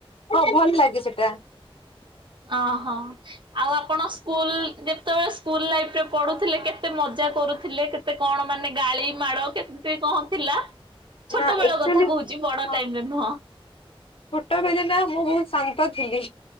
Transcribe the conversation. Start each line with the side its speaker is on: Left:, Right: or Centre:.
Left: ହଁ ଭଲ ଲାଗେ ସେଟା।
Right: ଅହୋ ଆଉ ଆପଣ ସ୍କୁଲ ଯେତେବେଳେ ସ୍କୁଲ ଲାଇଫ ରେ ପଢୁଥିଲେ କେତେ ମଜା କରୁଥିଲେ କେତେ କଣ ମାନେ ଗାଳି ମାଡ କେତେ କଣ ଥିଲା ଛୋଟ
Left: ନା
Right: ବେଳ
Left: ଆକଚୋଲି
Right: କଥା କହୁଛି ବଡ
Left: ହଁ
Right: ଟାଇମରେ ନୁହଁ
Left: ଛୋଟ ବଲେ ନା ମୁଁ ବହୁତ ଶାନ୍ତ ଥିଲି,